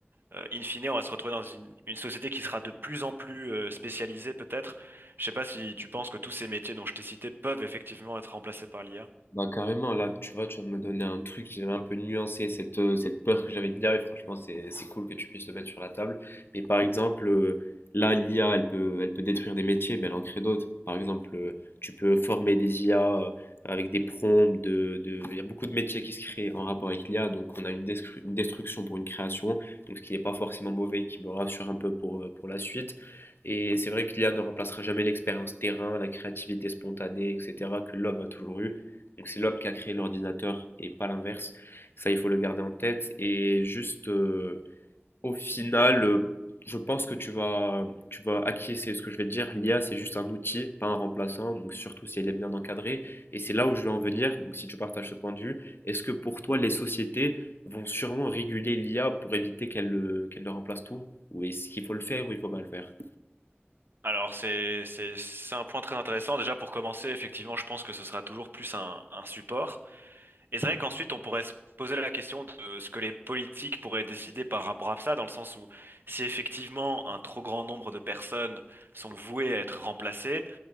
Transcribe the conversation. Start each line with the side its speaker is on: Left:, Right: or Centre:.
Right: euh, in fine on va se retrouver dans une, une société qui sera de plus en plus euh, spécialisée peut-être. Je sais pas si tu penses que tous ces métiers dont je t'ai cités peuvent effectivement être remplacés par l'IA.
Left: Bah carrément, là tu vois, tu viens de me donner un truc qui va un peu nuancer cette, euh, cette peur que j'avais de l'IA et franchement c'est c'est cool que tu puisses le mettre sur la table. Mais par exemple, euh, là l'IA elle peut, elle peut détruire des métiers mais elle en crée d'autres. Par exemple, euh, tu peux former des IA euh, avec des prompts, de, de... il y a beaucoup de métiers qui se créent en rapport avec l'IA donc on a une, destru- une destruction pour une création, donc ce qui n'est pas forcément mauvais, qui me rassure un peu pour, euh, pour la suite. Et c'est vrai que l'IA ne remplacera jamais l'expérience terrain, la créativité spontanée, etc. que l'homme a toujours eu. Donc c'est l'homme qui a créé l'ordinateur et pas l'inverse. Ça, il faut le garder en tête. Et juste, euh, au final, euh, je pense que tu vas, tu vas acquiescer à ce que je vais te dire. L'IA, c'est juste un outil, pas un remplaçant. Donc surtout si elle est bien encadrée. Et c'est là où je veux en venir. Donc si tu partages ce point de vue, est-ce que pour toi, les sociétés vont sûrement réguler l'IA pour éviter qu'elle euh, qu'elle ne remplace tout? Ou est-ce qu'il faut le faire ou il faut pas le faire?
Right: Alors c'est c'est c'est un point très intéressant. Déjà pour commencer, effectivement, je pense que ce sera toujours plus un, un support. Et c'est vrai qu'ensuite on pourrait se poser la question de ce que les politiques pourraient décider par rapport à ça, dans le sens où si effectivement un trop grand nombre de personnes sont vouées à être remplacées,